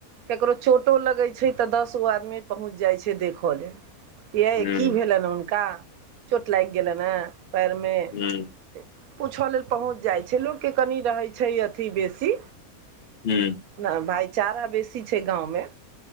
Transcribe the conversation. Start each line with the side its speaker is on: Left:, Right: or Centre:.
Right: ककरो चोटो लगै छै तऽ दस गो आदमी पहुँच जाइ छै देखऽ ले। यै
Left: हूँ
Right: की भेलनि हुनका। चोट लागि गेलनि ए पैर मे
Left: हूँ
Right: पूछऽ लेल पहुँच जाइ छै लोक के कनि रहै छै अथी बेसी।
Left: हूॅं।
Right: ने भाइचारा बेसी छै गाँव मे।